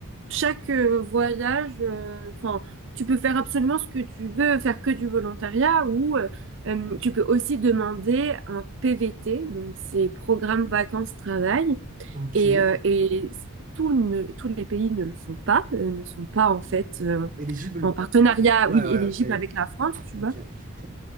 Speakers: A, on the right; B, on the right.
A: chaque euh, voyage, euh, enfin, tu peux faire absolument ce que tu veux, faire que du volontariat ou euh, euh, tu peux aussi demander un PVT, donc c'est programme vacances-travail.
B: ok.
A: Et, euh, et tous ne- tous les pays ne le font pas, euh, ne sont pas en fait euh,
B: Éligible.
A: en partenariat,
B: Ouais,
A: oui,
B: ouais,
A: éligible
B: ok.
A: avec la France, tu vois.
B: Ok. C'est